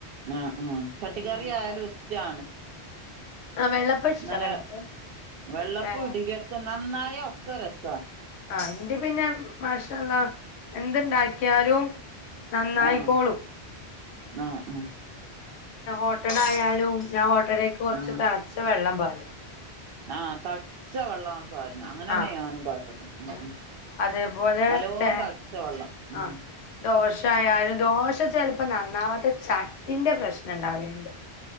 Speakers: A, on the right (about 65°); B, on the left (about 80°).
A: ആഹ് ആഹ് ചട്ടിക്കറി
B: ഞാനിങ്ങനെ
A: ആയാലും
B: ഇണ്ടാക്കും
A: ഇഷ്റ്റാണ്
B: ആഹ് വെള്ളപ്പം ഇഷ്ടാ
A: ഇന്നലെ
B: വെള്ളപ്പം
A: വെള്ളപ്പ
B: ഏഹ്
A: ഇ ഡലൊക്കെ നന്നായ ഒക്കെ രസ
B: ആ അന്റെ പിന്നെ മാഷ അല്ലാഹ് എന്തുണ്ടാക്കിയാലും നന്നായിക്കോളും
A: ആഹ് ആഹ് ഉം
B: ഓട്ടട ആയാലും ഞാൻ ഓട്ടടേക്ക് കുറച്ച്
A: ആഹ്
B: തിളച്ച വെള്ളം പാരും
A: ആഹ് തളച്ച വെള്ളമാണ് പാരണ് അങ്ങനെ തന്നെ
B: ആഹ്
A: ഞാനും പാരണത് ഉം
B: ഏഹ് അതേപോലെ
A: നല്ലോ
B: തേ
A: തളിച്ച വെള്ളം ഉം
B: ആഹ് ദോശ ആയാലും ദോശ ചിലപ്പോ നന്നാവാത്ത ചട്ടിന്റെ പ്രശ്നം ഉണ്ടാവലുണ്ട്